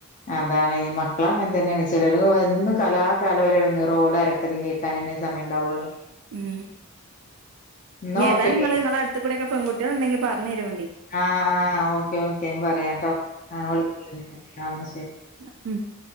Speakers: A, on the left; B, on the right.
A: അതാണ് ഈ മക്കള അങ്ങനെ തന്നെയാണ് ചിലർ എന്നും കലാകാലംടങ്ങ് റോൾ അര പം കേൾക്കാൻ തന്ന സമയ ഉണ്ടാവുള്ളൂ
B: ഉം
A: എന്നാ
B: ഇനി ഏതായാലും
A: ഓക്കെടി
B: നിങ്ങള് നിങ്ങളെ അടുത്ത കൂടെക്കെ പെൺകുട്ടികൾ ഉണ്ടെങ്കിൽ പറഞ്ഞഞ് തരുവേണ്ടി
A: ആഹ് ആഹ് ഓക്കെ ഓക്കെ പറയാം കേട്ടോ ആ വിളി ആ എന്നാ ശരി
B: ഉം